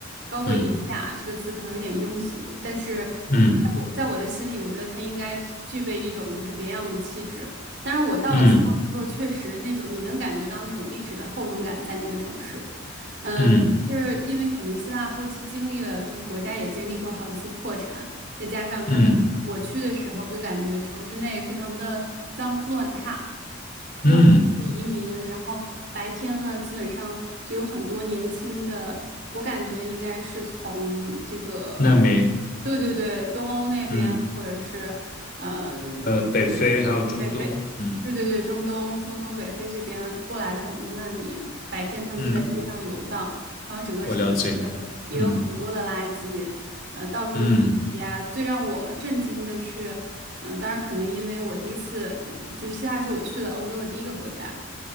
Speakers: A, on the right; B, on the left.
A: 高贵典雅这个词可能有点庸俗，
B: 嗯
A: 但是在我在我的心里，
B: 嗯
A: 我觉得他应该具备一种就是别样的气质。但是我到了希腊之后，
B: 嗯
A: 确实那种你能感觉到那种历史的厚重感在那个城市，嗯，
B: 嗯
A: 就是因为可能希腊后期经历了，就是国家也经历过好几次破产，再加上他们我去的时候就感觉城市内非常的脏乱差，
B: 嗯嗯，
A: 有很多的移民，然后白天呢，基本上就有很多年轻的，我感觉应该是从这个，
B: 难民。
A: 对对对，东欧那边，
B: 嗯，
A: 或者是，嗯，
B: 呃，北非还有中东。
A: 就是北非，
B: 嗯
A: 对对对，中东、中东北非这边过来的很多难民，白天他们就在街上游荡，
B: 嗯，
A: 然后整个城市也有很多的垃圾，
B: 我了解。嗯。
A: 呃，到处都是呀。
B: 嗯，
A: 最让我震惊的是，嗯、当然可能因为我第一次。就是希腊是我去的欧洲的第一个国家。